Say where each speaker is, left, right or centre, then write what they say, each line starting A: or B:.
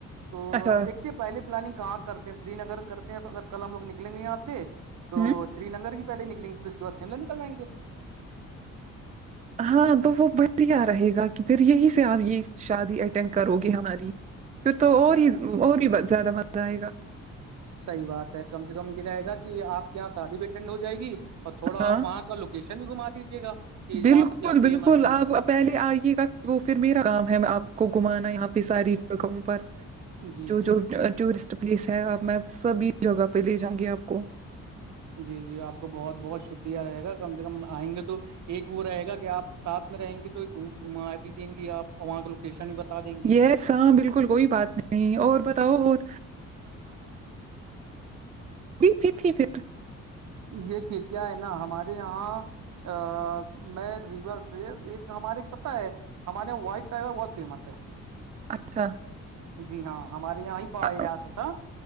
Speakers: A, on the right; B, on the right.
A: تو
B: اچھا
A: آپ دیکھتے پہے پلاننگ کہاں کرتے ہیں سری نگر کرتے ہیں تو اگر کل ہم لگ نکلیں گے یہاں سے تو
B: ہوں
A: شری نگر کی پہلے نکلیں گے پھر اس کے بعد شملہ نکل جائیں گے
B: ہاں تو وہ بڑھیا رہے گا کہ پھر یہی سے آپ یہ شادی اٹینڈ کرو گے ہماری پھر تو اور
A: ہوں
B: ہی اور ہی زیادہ مز آئے گا
A: صح بات ہے کم سے کم یہ رہے گا کہ آپ کے یہاں شادی بھی اٹینڈ ہو جائے گی اور تھوڑا
B: ہاں
A: آپ وہاں اس کا لوکشن بھی گھا دیجیے گا کہ
B: بالکل
A: وہاں پہ کیا فیمس
B: بالکل
A: ہے
B: آپ پہلے آئیے گا وہ پھر میرا کام ہے آپ کو گھمانا یہاں پہ ساری جگہوں پر
A: جی
B: جو
A: جی
B: جو ٹورسٹ پلیس ہے آپ میں سبھی جگہ پہ لے جاں گی آپ کو
A: جی جی آپ کو بہت بہت شکریہ رہے گا کم سے کم آئیں گے تو ایک وہ رہے گا کہ آپ ساتھ میں رہیں گی تو گ گھما بھی دیں گی آپ اور وہاں کا لوکیشن بھی بتا دیں گی
B: یہ ہاں بالکل کوئی بات نہیں اور بتاؤ اور <unintelligible>
A: دیکھیے کیا ہے نا ہمارے یہاں ا میں ریوا سے ایک ہمارے پتا ہے ہمارےاں وائٹ ٹائیگر بہت فیمس ہے
B: اچھا
A: جی ہاں ہمارے یہاں ہی پایا
B: آ،
A: جاتا تھا